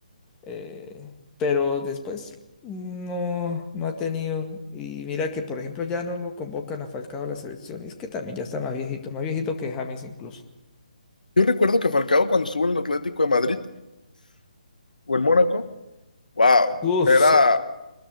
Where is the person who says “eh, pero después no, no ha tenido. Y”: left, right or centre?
Left